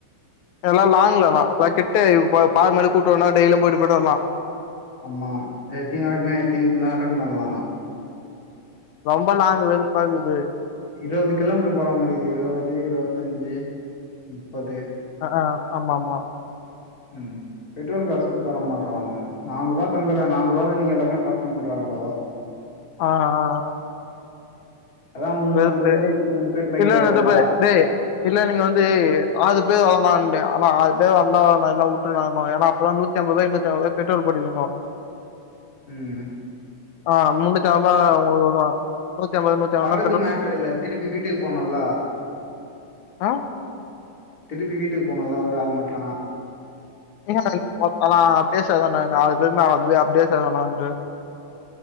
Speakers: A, on the left; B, on the left.
A: எல்லா லாங்கலண்ணா எல்லா கிட்ட இப்ப பார்ட் மாரி கூட்டு வரனா டெய்லி போயிட்டு போயிட்டு வரலா
B: ஆமா எத்தினி வாட்னா எத்தினி இதுனா அட்டன் பண்லா
A: ரொம்ப லாங் வெறுப்பாகுது
B: இருபது கிலோமீட்ரு போறா மாரி இக்குது இருபது இருபத்தஞ்சு முப்பது
A: அ ஆ ஆமாமா
B: ம் பெட்ரோல் காசு கூட தர மாட்றா அவ நானூர்வா தந்துறே நானூருபால நீங்க எல்லாமே பாத்துணுன்றாங்கோ
A: ஆ ஆ
B: அதான் முந்நூற்றம்பது
A: வெறுப்பே
B: மூணு பேர் பைக்கில்
A: இல்ல இல்ல
B: வரோம்ல
A: துபே டே இல்ல நீங்க வந்து ஆறு பேர் வரலான்ங்க ஆனா ஆறு பேர் வந்தா வரானா இல்லனா உட்ருனானுவ ஏன்னா அப்பதா நூத்தி நூத்தி அம்பது ருவாய்க் நூத்தி அம்பது ருவாய்க் பெட்ரோல் போட்டுகனிங்கோ
B: ம்
A: ஆ முன்னூத்தி அம்பா உங்களுக்குதா முன்னூத்தி அம்பது நூத்தி அம்பனா
B: அது மேட்ரு இல்ல திருப்பி வீட்டுக்கு போனுல்ல
A: ஆ
B: திருப்பி வீட்டுக்கு போனுல்ல ஒரு ஆள் மட்ட
A: என்ன பண்ணிங்க அண்ணா பேசறதானா இந்த ஆறு பேர்னா ஆறு பேர் அப்டியே சேவன்னா வந்து